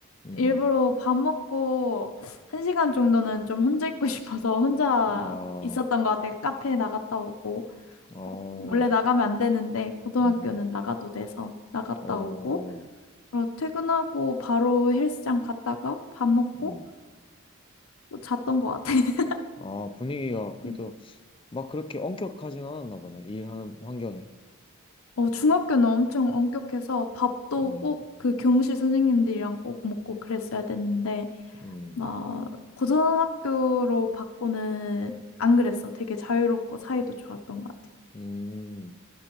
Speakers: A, on the left; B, on the left.
A: 음, 음.
B: 일부러 밥 먹고 한 시간 정도는 좀 혼자 있고 <laughs> 싶어서 혼자
A: 아,
B: 있었던 것 같아. 카페 나갔다 오고
A: 어,
B: 뭐 원래 나가면 안 되는데 고등학교는
A: 음, 음.
B: 나가도 돼서 나갔다
A: 어,
B: 오고 바로 퇴근하고 바로 헬스장 갔다가 밥 먹고
A: 음.
B: 어, 잤던 것 같아. <laughs>
A: 아, 분위기가 그래도
B: 음.
A: 막 그렇게 엄격하진 않았나 보네. 일하는 환경이.
B: 어, 중학교는 엄청 엄격해서 밥도
A: 음,
B: 꼭 그 교무실 선생님들이랑 꼭 먹고 그랬어야 됐는데,
A: 음,
B: 막, 고등학교로 바꾸는 안 그랬어. 되게 자유롭고 사이도 좋았던 것 같아.
A: 음.